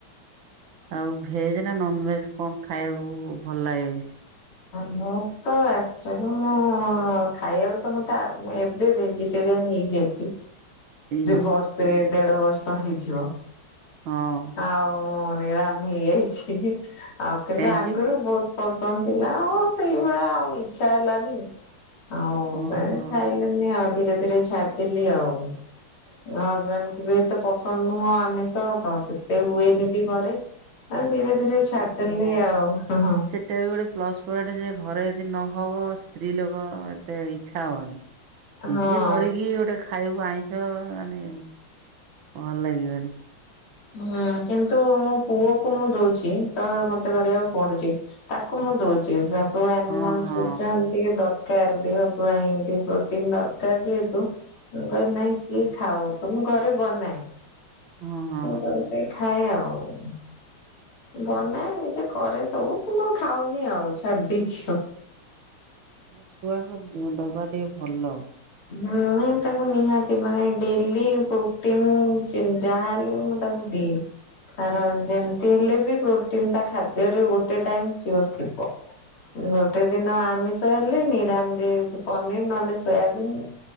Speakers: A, on the right; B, on the left.
A: ଆଉ ଭେଜ୍ ନା ନନଭେଜ୍ କଣ ଖାଇବାକୁ ଭଲ ଲାଗେ ବେଶି?
B: ମୁଁ ତ ଆକ୍ଚୁଲି ମୁଁ ଖାଇବାକୁ ତ ମତେ ମୁଁ ଏବେ ଭେଜି ଯେରିଆନ ହେଇଯାଉଛି।
A: ଏଇ
B: ବର୍ଷେ ଦେଢ ବର୍ଷ ହେଇଯିବ
A: ହଁ
B: ଆଉ ମୁଁ ନିରାମୀ ହେଇଯାଇଛି ଆଉ କିନ୍ତୁ
A: କାହିଁକି
B: ଆଗରୁ ବହୁତୁ ପସନ୍ଦ ଥିଲା ଆଉ ସେଇଭଳିଆ ଆଉ ଇଚ୍ଛା ହେଲାନି ଆଉ
A: ଓହୋ
B: ସେ ଖାଇଲେ ନି ଆଉ ଧୀରେ ଧୀରେ ଛାଡିଦେଲି ଆଉ। ଆଉ ହଜବେଣ୍ଡ କୁ ବି ଏତେ ପସନ୍ଦ ନୁହଁ ଆମିଷ ତ ସେତେ ହୁଏନି ବି ଘରେ। ଆଉ ଧୀରେ ଧୀରେ ଛାଡିଦେଲିି ଆଉ ହ ହଁ।
A: ଏଇଟା ବି ଗୋଟେ ପ୍ଲସ୍ ପଏଣ୍ଟ ଯେ ଘରେ ଯଦି ନହେବ ସ୍ତ୍ରୀ ଲୋକ ଏତେ ଇଚ୍ଛା ହେବନି। <inaudible> ନିଜେ
B: ହଁ
A: କରିକି ଗୋଟେ ଖାଇକୁ ଆଣିଛ ମାନେ ଭଲ ଲାଗିବନି।
B: ହୁଁ କିନ୍ତୁ ମୋ ପୁଅ କୁ ମୁଁ ଦଉଛି ତ ମତେ କରିବାକୁ ପଡୁଛି। ତାକୁ ମୁଁ ଦଉଛି ତାକୁ ଆନିମଲ
A: ହଁ ହଁ
B: ଟିକେ ଦର କାର ଦେହ ପାଇଁ ଟିକେ ପ୍ରୋଟିନ୍ ଦରକାର ଯେହେତୁ। ମୁଁ କହିଲି ନାଇଁ ସିଏ ଖାଅ ତ ମୁଁ ଘରେ ବନାଏ।
A: ହଁ ହଁ।
B: ତ ସେ ଖାଏ ଆଉ। ବନାଏ ନିଜେ କରେ ସବୁ କିନ୍ତୁ ଖାଉନି ଆଉ ଛାଡିଦେଇଛିି।
A: ନା ଛୁଆକୁ ଦବା ଟିକେ ଭଲ।
B: ହୁଁ ନାଇଁ ତାକୁ ନିହାତି ମାନେ ଡେଲି ପ୍ରଟିନ ଚି ଯାହା ହେଲେ ବି ମୁଁ ତାକୁ ଆଉ ଦେ ତାର ଯେମତି ହେଲେ ବି ପ୍ରୋଟିନ ତା ଖାଦ୍ୟରେ ଗୋଟେ ଟାଇମ୍ ସିଓର ଥିବ। ଗୋଟେ ଦିନ ଆମିଷ ହେଲେ ନିରାମି ପନିର ନହେଲେ ସୋୟା ବିନି